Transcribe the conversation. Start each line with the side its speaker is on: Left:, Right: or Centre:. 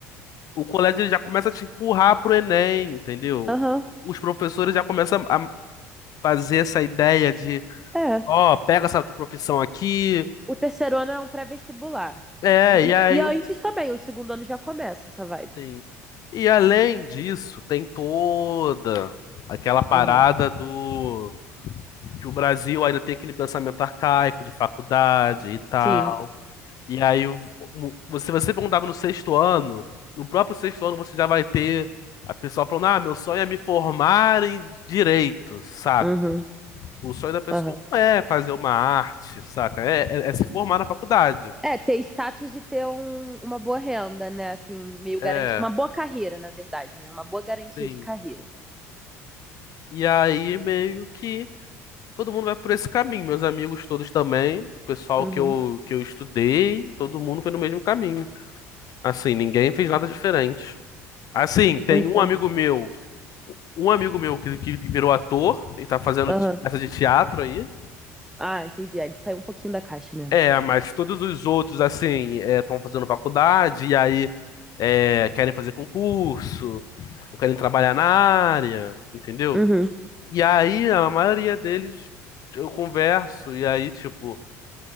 Left: O colégio ele já começa a te empurrar pro Enem, entendeu?
Centre: Uhum. Aham.
Left: Os professores já começam a fazer essa ideia de,
Centre: É,
Left: ó, pega essa profissão aqui.
Centre: O terceiro ano é um pré-vestibular.
Left: É, e aí,
Centre: E, e antes
Left: eu-
Centre: também, o segundo ano já começa essa vibe.
Left: sim. E além disso, tem toda aquela parada
Centre: Aham.
Left: do que o Brasil ainda tem aquele pensamento arcaico de faculdade e tal.
Centre: Sim.
Left: E aí, o- o- você- se você perguntava no sexto ano, no próprio sexto ano você já vai ter a pessoa falando: Ah, meu sonho é me formar em direito, saca?
Centre: Uhum.
Left: O sonho da pessoa
Centre: Aham.
Left: não é fazer uma arte, saca? É, é- é se formar na faculdade.
Centre: É, ter status e ter um- uma boa renda, né? Assim, meio
Left: É,
Centre: garantia. Uma boa carreira, na verdade, né? Uma boa garantia
Left: sim.
Centre: de carreira.
Left: E aí, meio que todo mundo vai por esse caminho. Meus amigos todos também, o pessoal
Centre: Uhum.
Left: que eu, que eu estudei, todo mundo foi no mesmo caminho. Assim, ninguém fez nada diferente. Assim, tem
Centre: Pois
Left: um
Centre: é.
Left: amigo meu Um amigo meu que, que virou ator e tá fazendo
Centre: Aham.
Left: te- peça de teatro aí.
Centre: Ah, entendi. Aí Ele saiu um pouquinho da caixa mesmo.
Left: É, mas todos os outros, assim, estão fazendo faculdade e aí é, querem fazer concurso, ou querem trabalhar na área, entendeu?
Centre: Uhum.
Left: E aí a maioria deles eu converso e aí, tipo,